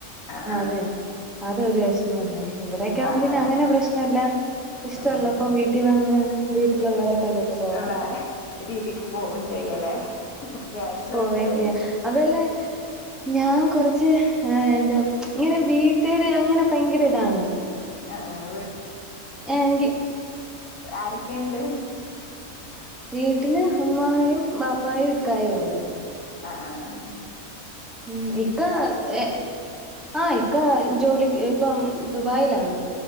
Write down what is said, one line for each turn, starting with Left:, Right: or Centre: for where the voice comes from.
Left: ആഹ്
Centre: അതെ അത് അത് ഒരു വിഷമല്ലേ ഇവിടെക്ക ആവുമ്പോ
Left: ആഹ് ആഹ്
Centre: പിന്നെ
Left: ആഹ്
Centre: അങ്ങനെ പ്രശ്നല്ല ഇഷ്ട
Left: ഉം
Centre: ഉള്ളപ്പോ
Left: ഉം
Centre: വീട്ടിൽ വന്ന് വീട്ടിലുള്ളവരെ കണ്ടിട്ട്
Left: ഇഷ്ടള്ള
Centre: പോവാം.
Left: രീതിക്ക് പോവും ചെയ്യല്ലേ. ക്യാഷുണ്ട്
Centre: പോവയും ചെയ്യാം അതല്ലേ ഞാൻ കൊറച്ച് ആ എന്താ ഇങ്ങനെ വീട്ടാര് അങ്ങനെ ഭയങ്കര ഇതാണ്.
Left: ആഹ് ആഹ്
Centre: എ എങ്കി
Left: ആരൊക്കെയുണ്ട്?
Centre: വീട്ടില് ഉമ്മായും ബാപ്പായും ഇക്കായും ഉണ്ട്.
Left: ആ ആ ആ.
Centre: ഉം ഇക്ക ഏ ആ ഇക്ക ജോലി ഇപ്പം ദുബായിലാണ്.